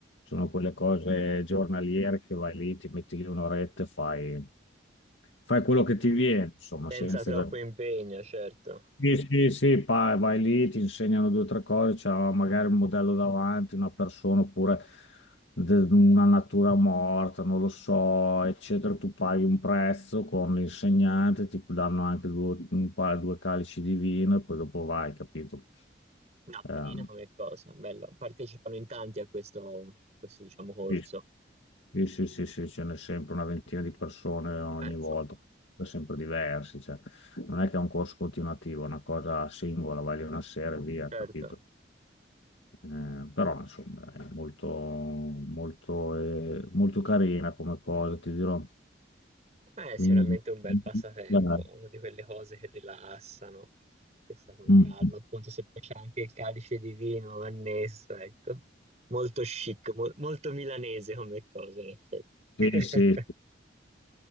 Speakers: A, on the left; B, on the right.
A: Sono quelle cose giornaliere che vai lì, ti metti lì un'oretta e fai, fai quello che ti viene, insomma,
B: senza
A: senza
B: troppo
A: esagerare.
B: impegno, certo.
A: Sì, sì, sì, pa- vai lì, ti insegnano due o tre cose, c'è magari un modello davanti, una persona oppure de- una natura morta, non lo so, eccetera. Tu paghi un prezzo con l'insegnante, ti danno anche due, un paio, due calici di vino e poi dopo vai, capito?
B: No,
A: Ehm,
B: carina come cosa, bello. Partecipano in tanti a questo, questo diciamo, corso.
A: sì, sì, sì, sì, sì, ce n'è sempre una ventina di persone ogni
B: Eh, insomma,
A: volta, sempre diversi, cioè, non è che è un corso continuativo, è una cosa singola, vai lì una sera e via,
B: certo.
A: capito? Eh, però insomma è molto, molto, eh, molto carina come cosa, ti dirò.
B: Beh, è
A: Quindi,
B: sicuramente un bel
A: <laughs>
B: passatempo,
A: guarda,
B: una di quelle cose che rilassano, che fa con
A: mm,
B: calma,
A: mm,
B: appunto se poi c'è anche il calice di vino annesso, ecco. Molto chic, mo- molto milanese come cosa, in effetti.
A: sì,
B: <laughs>
A: sì, <laughs> sì.